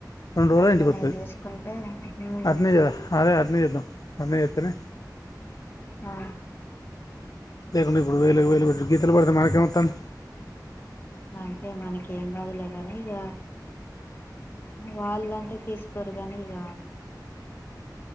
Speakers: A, on the left (about 55°); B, on the left (about 30°).
A: రెండు రోజులు
B: అట్లనే
A: ఇంటికి వస్తుంది
B: చేసుకుంటే ఉమ్
A: అట్నే చేద అదే అట్ననే చేద్దాం అట్లనే చెతనే
B: ఆ
A: లేకుండా ఇప్పుడు వేలు వేలు పెట్టి గీతలు పడితే మనకేం అతాంది
B: అంతే మనకేం కాదులేగాని ఇగ వాళ్ళంటే తీసుకోరు కాని ఇక